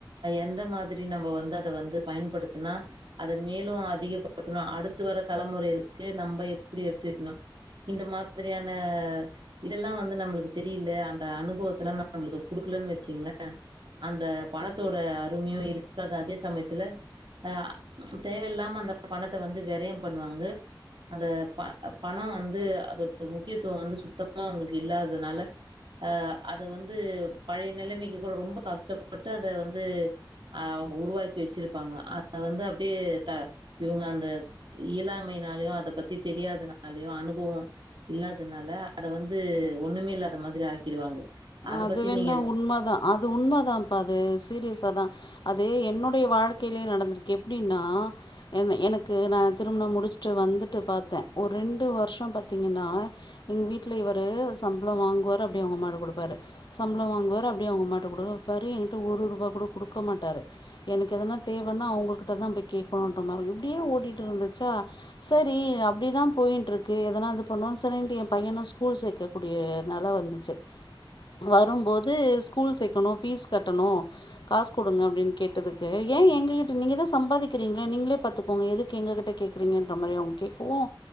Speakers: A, on the right; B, on the left.
A: எந்த மாதிரி நம்ம வந்து அத வந்து பயன் படுத்துனா அத மேலும் அதிகப்படுத்தணும் அடுத்து வர தலைமுறைகளுக்கு நம்ம எப்புடி எடுத்து வைக்கணும் இந்த மாதிரியான இதெல்லாம் வந்து நம்மளுக்கு தெரியல அந்த அனுபவத்துல எல்லாம் நம்மளுக்கு கொடுக்கலன்னு வச்சீங்களேன் அந்த பணத்தோட அருமையும் இருக்காது அதே சமயத்துல அஹ் தேவையில்லாம அந்த பணத்த வந்து விரையம் பண்ணுவாங்க அந்த ப பணம் வந்து அதோட முக்கியத்துவம் வந்து சுத்தமா அவங்களுக்கு இல்லாததுனால ஆ அது வந்து பழைய நிலைமைக்கு கூட ரொம்ப கஷ்டப்பட்டு அத வந்து ஆஹ் உருவாக்கி வச்சிருப்பாங்க அத வந்து அப்படியே த இவங்க அந்த இயலாமைையினாலயோ அத பத்தி தெரியாதனாலயோ அனுபவம் இல்லாதனால அத வந்து ஒண்ணுமே இல்லாத மாதிரி ஆக்கிடுவாங்க அத
B: அது
A: பத்தி
B: வேணா
A: நீங்க
B: உண்மதான் அது உண்மதான்ப்பா அது சீரியஸா தான் என்னுடைய வாழ்க்கையிலே நடந்திருக்கு எப்புடினா எனக்கு நான் திருமணம் முடிச்சுட்டு வந்து வந்துட்டு பாத்தேன் ஒரு ரெண்டு வருஷம் பாத்தீங்கன்னா எங்க வீட்ல இவர் சம்பளம் வாங்குவார் அப்படின் போய் அவுங்க அம்மாகிட்ட கொடுப்பாரு சம்பளம் வாங்குவாரு அப்டியே அவுங்க அம்மாட்ட கொடுப்பாரு என்கிட்ட ஒரு ரூபாய் கூட கொடுக்க மாட்டாரு எனக்கு எதன தேவன்னா அவுங்கிட்ட தான் போய் கேட்கணும்ன்ற மாரி இப்புடியே ஓடிட்டு இருந்துச்சா சேரி அப்படிதான் போ போயின்ட்டு இருக்கு எதனா இது பண்ணுவோன்னு சரின்ட்டு என் பையன ஸ்கூல் சேர்க்க கூடிய நால வந்துச்சு வரும்போது ஸ்கூல் சேர்க்கணும் ஃபீஸ் கட்டணும் காசு கொடுங்க அப்படின்னு கேட்டதுக்கு ஏன் எங்ககிட்ட நீங்கதான் சம்பாதிக்கிறீங்களே நீங்களே பாத்துக்கோங்க எதுக்கு எங்க கிட்ட கேக்குறீங்கன்ற மாதிரி அவுங்க கேக்கவும்